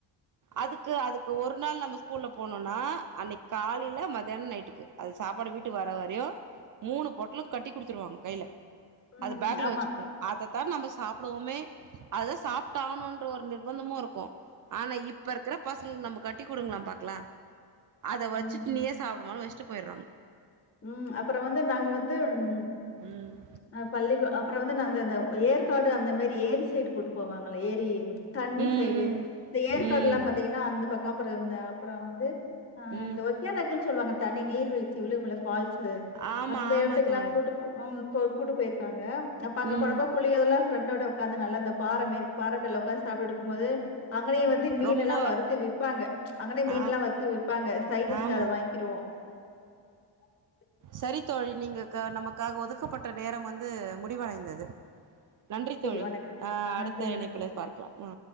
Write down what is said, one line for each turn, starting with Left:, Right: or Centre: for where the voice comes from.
Right: அதுக்கு அதுக் ஒரு நாள் நம்ம ஸ்கூல்ல போனோனா அன்னைக்கு காலையில மத்தியானோ நைட்டுக்கு அது சாப்பாடு வீட்டுக்கு வர வரையு மூணு பொட்டலோ கட்டி குடுத்துருவாங்க கையில
Left: ம்
Right: அது பேக்ல
Left: ஆமா.
Right: வச்சுக்கு அதத்தா நம்ம சாப்பிடுவோமே அததா சாப்ட் ஆவுணுன்ற ஒரு நிர்பந்தமு இருக்கு ஆனா இப்ப இருக்குற பசங்களு நம்ம கட்டி் குடுங்களா பாக்கலா அத வச்சிட்டு
Left: ம்,
Right: நீயே சாப்பிடுமா வச்சுட்டு போயிடுறாங்க
Left: ம் அப்றோ வந்து நாங்க வந்து ம்
Right: ம்
Left: அ பள்ளி அப்றோ வந்து நா அந்த ஏற்காடு அந்த மாரி ஏரி சைடு கூப்டு போவாங்கள ஏரி தண்ணி
Right: ம்
Left: சைடு இந்த ஏற்காடு
Right: ம்
Left: எல்லா பாத்தீங்கன்னா அந்த பக்கோ அப்றோ வந்து அ
Right: ம்
Left: இந்த ஒக்கேனிக்கள்னு சொல்லுவாங்க தண்ணி நீர் வீழ்ச்சி விழுகு இல்ல பால்ஸ்ஸு
Right: ஆமா
Left: அந்த
Right: ஆமா
Left: எடத்துக்கெல்லா
Right: தோழி
Left: கூட்டு ம் இப்போ கூட்டு போயிருக்காங்க அப்ப அங்கபோனப்ப
Right: ம்
Left: குளியலெல்லா ஃபிரெண்டோட உட்காந்து நல்ல அந்த பார மேரி இரு பார கல்ல உடக்காந்து சாப்பிட்டு இருக்கு போது அவுங்கலே வந்து மீன்னெல்லா
Right: ரொம்ப
Left: வறுத்து விறப்பாங்க அங்கனே மீன்
Right: ஆ
Left: எல்லா வறுத்து விப்பாங்க சைடிஸ்க்கு
Right: ஆமாங்
Left: அத வாங்கிக்கிறோவோ ம்
Right: சரித்தோழி நீங்க நமக்காக ஒதுக்கப்பட்ட நேரம் வந்து முடிவடைந்தது நன்றி தோழி
Left: வணக்கம்.
Right: ஆ
Left: ம்
Right: அடுத்த
Left: நன்றி வணக்கம்.
Right: இணைப்புல பார்க்கலா